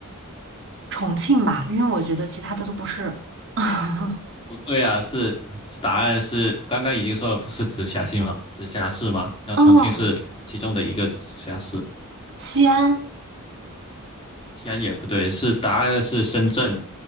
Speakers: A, on the right; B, on the left.
A: 重庆吧，因为我觉得其他的都不是。<laughs>
B: 不对啊，是答案是刚刚已经说了，不是直辖市吗？直辖市吗？然后重庆是其中的一个直辖市，
A: 哦，西安
B: 西安也不对，是答案是深圳，